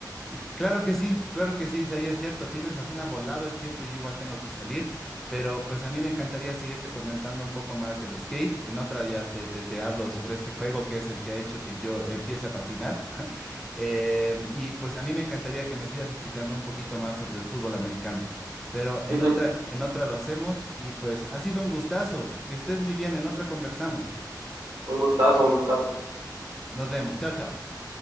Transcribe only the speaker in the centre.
Y Claro que sí, claro que sí, sí, ahí es cierto, tienes razón, ha volado el tiempo y yo igual tengo que salir, pero pues a mí me encantaría seguirte comentando un poco más del skate. En otra ya te, te, te hablo sobre este juego que es el que ha hecho que yo empiece a patinar. Eh, y pues a mí me encantaría que me sigas explicando un poquito más sobre el fútbol americano, pero
en
otra, en otra lo hacemos y pues ha sido un gustazo, que estés muy bien, en otra conversamos.
Nos vemos, chao, chao.